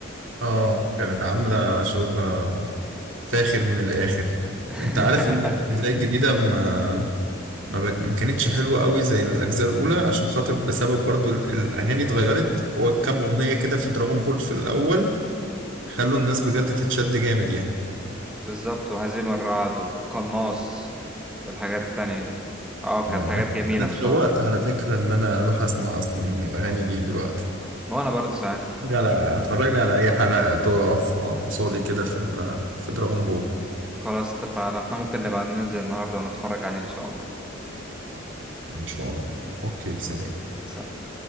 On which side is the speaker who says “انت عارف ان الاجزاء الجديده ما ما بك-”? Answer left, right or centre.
Right